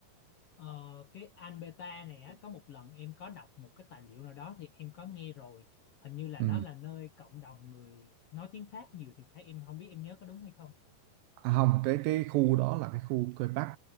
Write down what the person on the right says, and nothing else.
ừ.
À, không cái cái khu đó là cái khu Quebec Park